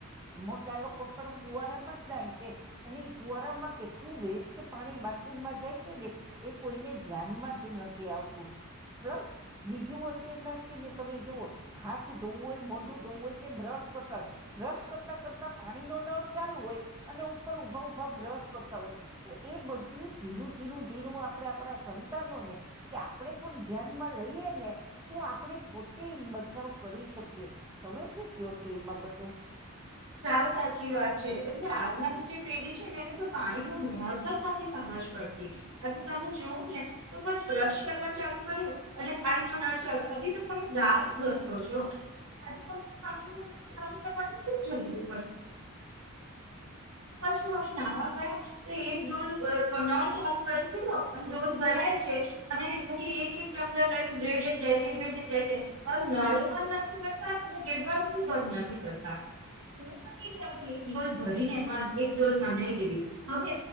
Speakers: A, on the right (about 15°); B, on the right (about 65°).
A: મોટા લોકો પણ ફુવારામાં જ નાય છે અને ફુવારામાં કેટલું વેસ્ટ પાણી બાથરૂમમાં જાય છે ને એ કોઈને જ નથી આવતું પ્લસ બીજું અત્યારના છે ને તમે જોુઓ હાથ ધોવું હોય મોંઢું ધોવું હોય કે બ્રશ કરતા હોય બ્રશ કરતા કરતા પાણી નો નળ ચાલુ હોય અને ઉપર ઉભા ઉભા બ્રશ કરતા હોય તો એ બધું ઝીણું ઝીણું ઝીણું આપણેે આપણા સંતાનોને કે્યા આપણે પણ ધ્યાનમાં લઈએ ને તો આપણે તે બચાવ કરી શકીએ તમે શું કયો છો એ બાબતે
B: સાવ સાચી વાત છે એટલે આવનારી જે પેઢી છે ને એને તો પાણી ન મહત્વ જ નથી સમજ પડતી હજ તમે જોવ ને તો બસ બ્રશ કરવાનું ચાલુ કર્યું અને પાણી ન નળ ચાલુ હજી તો તમે દાંત ઘસો છો ત્યારે પાણી ન નળ ચાલુ કરવાનું. એ સમજડતી પછી હવે નાવા ગયા તો એકોલ નળ ચાલુ કરી દીધો ડોલ ભરાય છે અને એ એક એક લને રેડ જાય છે રેડ જાય છે હવે નળે બ નથી કરતા રેડવાનુંી બંધ નથી કરતા. એક ડોલ ભરીને એક ડોલ નાનાવી લેવી હવે